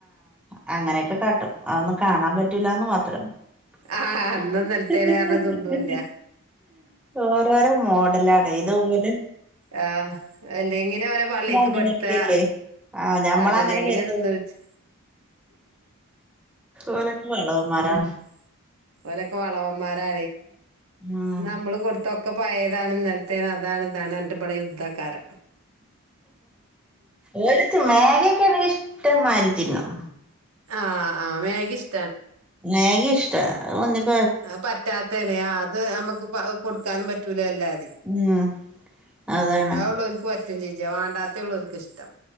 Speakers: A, in the centre; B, on the right.
A: ആഅങ്ങനെയൊക്കെ കാട്ടും അതൊന്നും കാണാൻപറ്റൂലാന്ന് മാത്രം
B: ആഹ്
A: ഹ്
B: അന്നും നിലത്തേന്
A: ഹ്
B: കാരണം
A: ഹ്
B: തിന്നൂല്ല
A: ഹ് ഓരോരോ മോഡല ഡേ ത് ഓല്
B: ആ ഹ് അല്ല ങ്ങനെ ഓരെ പള്ളിക്ക്
A: അങ്ങനെയൊക്കെയല്ലേ
B: പെടുത്താ
A: ആ ഞമ്മളങ്ങനെ
B: അതന്നെ എങ്ങനെതന്ന്
A: കരുതും
B: വച്ച്
A: ഓലൊക്കെ വളവന്മാരാണ്
B: ഉ <inaudible> ഓലൊക്കെ വളവന്മാരെ
A: ഉം
B: നമ്മള് കൊടുത്തോ ക്കെ പയേതാണ് ഇന്നലെത്തെന്നതാണ്ഇതാണ് അർന്നിട്ട് പടെ യുദ്ധക്കാര
A: ഓൾച് മാഗി യകയാണങ്കിൽ ഇഷ്ടംമായിരി തിന്നും
B: ആ ആ മാഗി ഇഷ്
A: മാഗി ഇഷ്ട അവന്നിട്ട്
B: പറ്റാത്തേണെ അത് അ മുക്ക് പ കൊടുക്കാനും പറ്റ ല്ലാതെ
A: ഉം അതാണ്
B: ആ ഉള്ളവക്ക് പറ്റും ചച്ച വേണ്ടാത്ത ഉള്ളവക്ക് ഇഷ്ടം